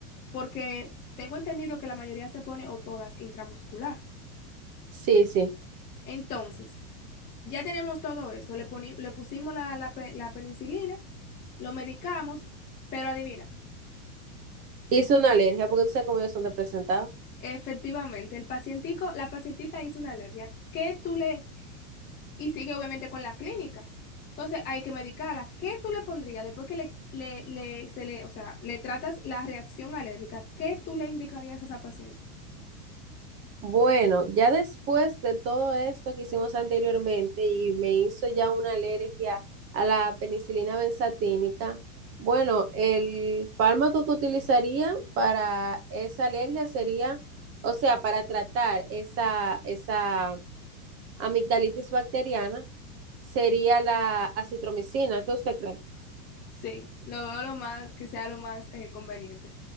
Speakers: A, on the left; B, on the right.
A: porque tengo entendido que la mayoría se pone o todas intramuscular.
B: Sí, sí.
A: Entonces, Ya tenemos todo eso. Le, poni- le pusimos la, la, pe- la penicilina, lo medicamos, pero adivina,
B: Hice una alergia porque tú sabes cómo ellos son de presentado.
A: efectivamente, el pacientico, la pacientita hizo una alergia. ¿Qué tú le, y sigue obviamente con la clínica. Entonces hay que medicarla. ¿Qué tú le pondrías después que le, le- le- se le, o sea, le tratas la reacción alérgica? ¿Qué tú le indicarías a esa paciente?
B: Bueno, ya después de todo esto que hicimos anteriormente y me hizo ya una alergia a la penicilina benzatínica, bueno, el fármaco que utilizaría para esa alergia sería, o sea, para tratar esa, esa amigdalitis bacteriana, sería la acitromicina. ¿Qué usted cree?
A: Sí, lo veo lo más, que sea lo más eh, conveniente.